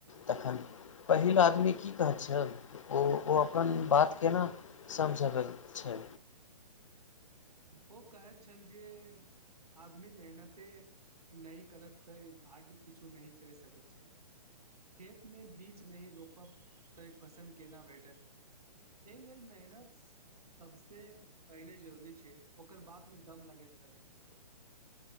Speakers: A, on the left; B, on the right.
A: तखन पहिल आदमी की कहैत छै ओ ओ अपन बात केना समझब छै
B: ओ कहैत छल जे आदमी मेहनते नहि करत तै भाग्य किछो नहि कहि सकैत छै खेतमे बीज नहि रोपब तै फसल केना भेटत एहि लेल मेहनत सभसँ पहिने जरूरी छै ओकर बाद मे दम लागैत छल